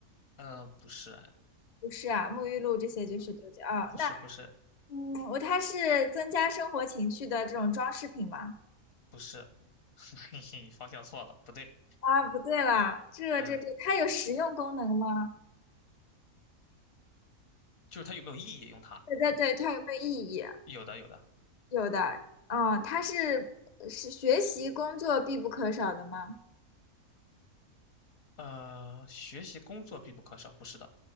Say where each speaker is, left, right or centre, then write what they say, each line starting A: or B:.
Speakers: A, on the left; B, on the left.
A: 呃，不是，哎，
B: 不是啊，沐浴露这些就是都叫啊。
A: 嗯不是不是
B: 嗯，我它是增加生活情趣的这种装饰品吗？
A: 不是，<laughs> 嘿嘿，方向错了，不对，
B: 啊，不对啦，这这这，
A: 嗯，
B: 它有实用功能吗？
A: 就是它有没有意义用它？
B: 对对对，它有没有意义？
A: 有的有的，
B: 有的，嗯，它是呃是学习工作必不可少的吗？
A: 呃，学习工作必不可少，不是的，